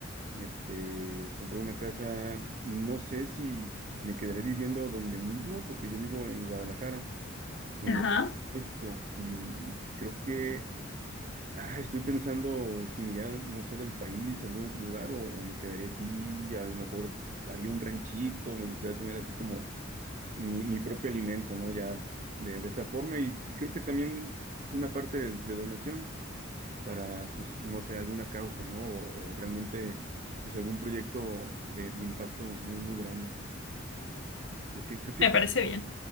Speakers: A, on the right; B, on the left.
A: este, compré una casa, no sé si me quedaré viviendo donde mismo, porque yo vivo en Guadalajara, en
B: ajá,
A: Gua- México, y creo que ah, estoy pensando si me iría, no sé, del país, a algún otro lugar, o, o me quedaría aquí, a lo mejor haría un ranchito, me gustaría tener así como mi, mi propio alimento, ¿no? Ya de, de esta forma, y creo que también una parte de, de donación para, pues, no sé, alguna causa, ¿no? O, o realmente, pues, algún proyecto de, de impacto muy, muy grande. Creo que, creo que
B: me
A: eso,
B: parece bien.